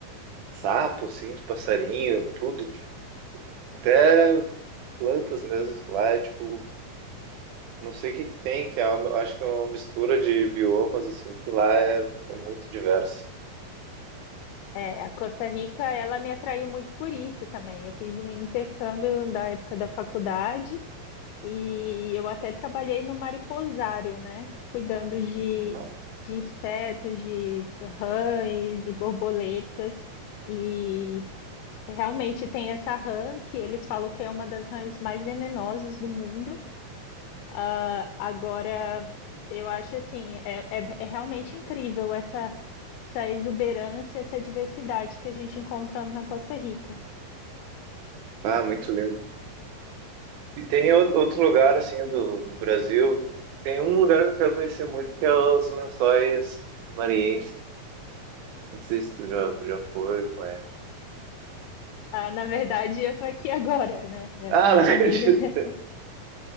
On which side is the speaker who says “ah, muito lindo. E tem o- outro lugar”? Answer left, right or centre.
Right